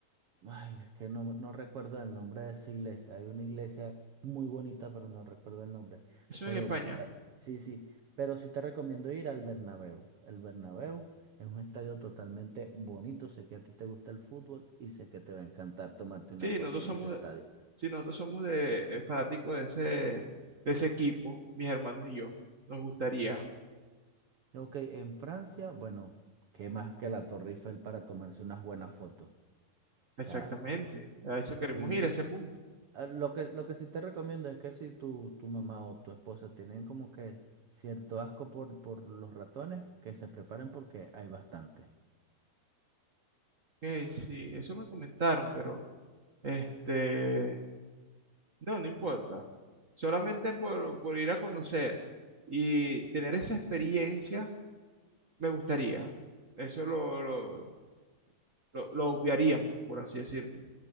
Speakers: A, on the right; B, on the right.
A: Ay, es que no, no recuerdo el nombre de esa iglesia. Hay una iglesia muy bonita, pero no recuerdo el nombre.
B: Eso
A: Pero
B: en España.
A: eh, sí, sí. Pero sí te recomiendo ir al Bernabéu. El Bernabéu es un estadio totalmente bonito. Sé que a ti te gusta el fútbol y sé que te va a encantar tomarte una
B: Sí,
A: foto
B: nosotros
A: en
B: somos
A: ese estadio.
B: de, sí, nosotros somos de, eh, fanáticos de ese, de ese equipo, mis hermanos y yo. Nos gustaría,
A: Ok, en Francia, bueno, ¿qué más que la Torre Eiffel para tomarse unas buenas fotos?
B: exactamente,
A: O sea,
B: a eso queremos
A: sí,
B: ir,
A: sí.
B: a ese punto.
A: Ah, Lo que, lo que sí te recomiendo es que si tu, tu mamá o tu esposa tienen como que cierto asco por, por los ratones, que se preparen porque hay bastante.
B: Ok, sí, eso me comentaron, pero este, No, no importa. Solamente por, por ir a conocer y tener esa experiencia, me gustaría. Eso lo, lo, lo- lo obviaríamos, por así decirlo.